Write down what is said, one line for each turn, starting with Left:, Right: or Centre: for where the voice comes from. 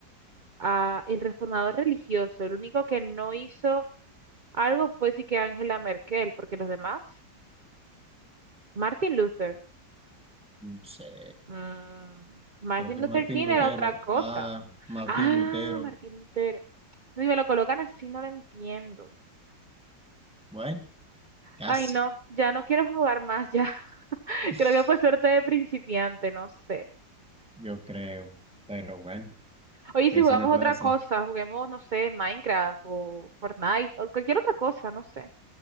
Right: Ah, el reformador religioso, el único que no hizo Algo fue sí que Angela Merkel, porque los demás, Martin Luther.
Centre: No sé,
Right: mm, Martin
Centre: creo que
Right: Luther
Centre: es Martín
Right: King
Centre: Lutero.
Right: era otra cosa.
Centre: Ah, Martín
Right: Ah,
Centre: Lutero.
Right: Martín Lutero. Si me lo colocan así, no lo entiendo.
Centre: Bueno, casi,
Right: Ay, no, ya no quiero jugar más, ya. <laughs>
Centre: <laughs>
Right: Creo que fue suerte de principiante, no sé.
Centre: yo creo. Pero bueno,
Right: Oye,
Centre: ¿qué
Right: si jugamos
Centre: se le puede
Right: otra
Centre: hacer?
Right: cosa, juguemos, no sé, Minecraft o Fortnite o cualquier otra cosa, no sé.